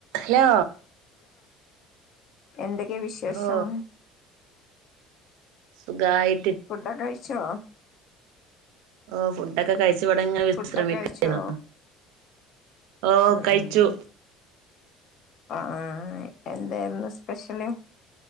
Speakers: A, on the right (about 85°); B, on the left (about 55°).
A: Hello
B: എന്തൊക്കെയാ വിശേഷം?
A: ഓ സുഖായി
B: ഫുഡോക്കെ കഴിച്ചോ?
A: ഓ ഫുഡൊക്കെ കഴി കഴിച്ച് ഇവടെ ഇങ്ങനെ വിശ്രമിക്കാണ്
B: ഫുഡൊക്കെ കഴിച്ചോ
A: ഓ
B: ഉം
A: കഴിച്ചു
B: ഉം ആ ആഹ് എന്തായിരുന്നു സ്പെഷ്യല്